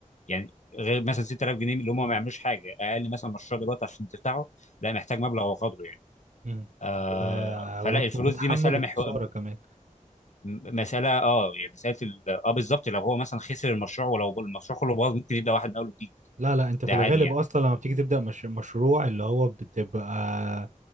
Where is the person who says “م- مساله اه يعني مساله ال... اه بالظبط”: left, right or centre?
Left